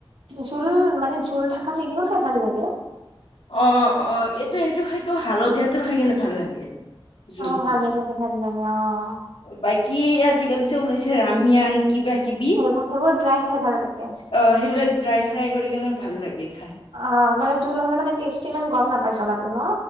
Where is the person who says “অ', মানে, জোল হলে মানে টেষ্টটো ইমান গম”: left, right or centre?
Right